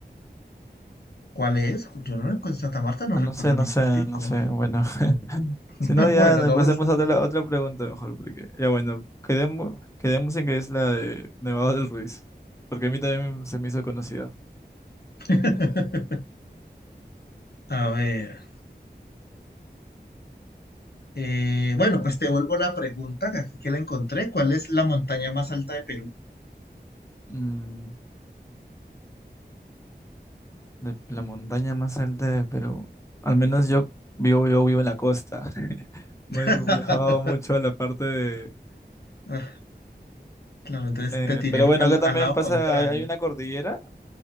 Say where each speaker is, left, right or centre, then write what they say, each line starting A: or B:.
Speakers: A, on the left; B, on the left.
A: ¿cuál es? Yo no recuerdo, Santa Marta no
B: Ah,
A: recuerdo
B: No sé, no
A: ningún
B: sé,
A: pico.
B: no sé. Bueno, <laughs>
A: <laughs>
B: si no, ya
A: Bueno,
B: nos
A: acabas.
B: pasemos a otra, a otra pregunta mejor, porque ya bueno, quedemos, quedemos en que es la de Nevado del Ruiz, porque a mí también se me hizo conocida.
A: <laughs> A ver, eh, bueno, pues te vuelvo la pregunta, que aquí que la encontré, ¿cuál es la montaña más alta de Perú?
B: Mm, de la montaña más alta de Perú. Al menos yo vivo, yo vivo en la costa. <laughs> No
A: <laughs>
B: he viajado mucho a la parte de...
A: Ah, Claro, entonces
B: eh,
A: te tiré
B: pero
A: fue
B: bueno,
A: pa'l-
B: acá también
A: al lado
B: pasa,
A: contrario.
B: hay, hay una cordillera,